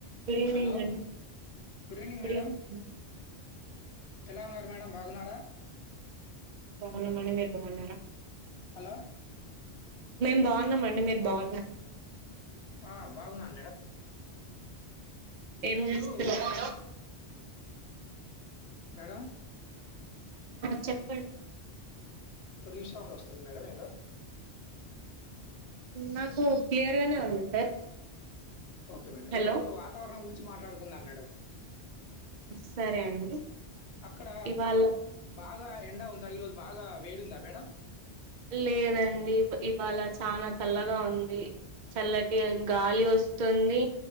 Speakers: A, on the right; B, on the left.
A: Good evening
B: hello
A: madam good
B: good madam
A: evening అమ్మా
B: ఎలా ఉన్నారు మేడం బాగున్నారా
A: బాగున్నం అండి మీరు బాగున్నార
B: హలో
A: మేం బాగున్నమండి మీరు బాగున్నారా
B: ఆ బాగున్నాను మేడం
A: ఏం
B: ఈరోజు
A: జేస్తున్నరు
B: మేడం
A: ఆ చెప్పండి
B: రీసౌండ్ వస్తుంది మేడం ఏదో
A: నాకు క్లియర్గానే ఉంది సార్
B: ఓకే మేడం
A: హలో
B: ఈ రోజు వాతావరణం గురించి మాట్లాడుకుందాం మేడం
A: సరే అండి
B: అక్కడ
A: ఇవాళ
B: బాగా ఎండ ఉందా ఈరోజు బాగా వేడి ఉందా మేడం
A: లేదండి ఇవాళ చాన చల్లగా ఉంది చల్లటి గాలి వస్తుంది